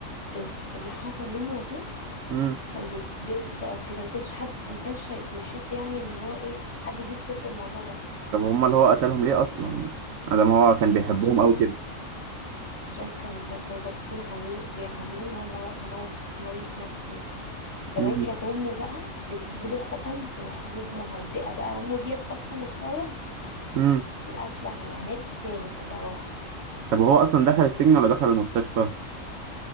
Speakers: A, on the left; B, on the right.
A: ال- اللي حصل لأمه وأبوه
B: ايه
A: كان بيتضايق بقى وكده ما كانش حد ما كانش بيحب يعني ان هو ايه حد يجيب سيرة الموضوع ده
B: طب هما اللي هو قتلهم ليه اصلا يعني ادم هو كان بيحبهم
A: عشان
B: قوي كده
A: عشان كان ده كانوا ضاغطين عليه وبيعاملوه ان هو مر- مرض مريض نفسي كمان
B: امم
A: كانت امه بقى بتديله حقن وحبوب مهدئة بقى امه ديت اصلا السبب
B: امم
A: لقتلها يعني هي تستاهل بصراحة
B: طب هو اصلا دخل السجن ولا دخل المستشفى